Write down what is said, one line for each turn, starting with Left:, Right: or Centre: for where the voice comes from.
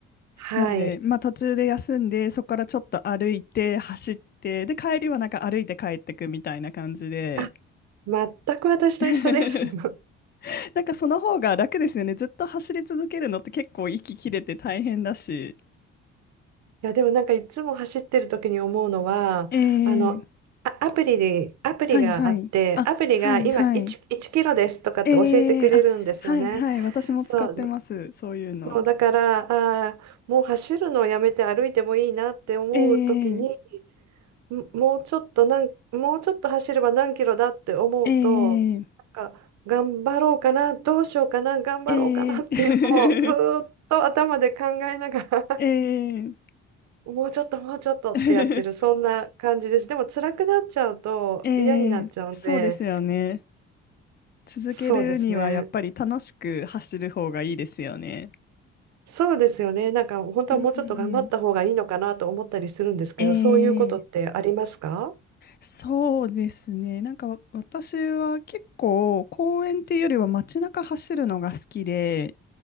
Right: はい。
Left: なんで、まあ、途中で休んで、そこからちょっと歩いて、走って、で、帰りはなんか歩いて帰ってくみたいな感じで。
Right: あ、全く私と一緒です。
Left: <laughs>
Right: <laughs>
Left: なんかその方が楽ですよね。ずっと走り続けるのって結構息切れて大変だし。
Right: いやでもなんかいつも走ってる時に思うのはあのあアプリでアプリがあってアプリが今1、
Left: ええはいはい。あ、はいはい。
Right: 1キロですとかって教えてくれるんですよね。
Left: えー、あ、はいはい。私も使ってます。
Right: そう
Left: そういうの。
Right: そうだからあーもう走るのをやめて歩いてもいいなって思う時に
Left: えー、
Right: ももうちょっとなんもうちょっと走れば何キロだって思うとなんか頑張ろうかなどうしようかな頑張ろうかなっていうのをずーっと頭で考えながら
Left: えー、えー、<laughs> えー、
Right: もうちょっともうちょっとってやってる、
Left: <laughs>
Right: そんな感じです。でも辛くなっちゃうと嫌になっちゃうんで、
Left: えー、そうですよね。続けるにはやっぱり楽しく走る方がいいですよね。
Right: そうですね。そうですよね。なんか本当はもうちょっと頑張った方がいいのかなと思ったりするんですけど、
Left: うん。えー、
Right: そういうことってありますか
Left: そうですね。なんか私は結構公園っていうよりは街中走るのが好きで、